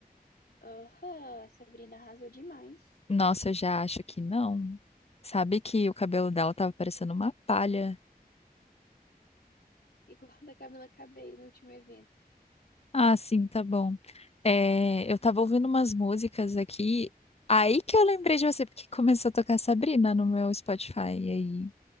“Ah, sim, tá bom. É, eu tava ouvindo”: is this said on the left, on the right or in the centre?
Left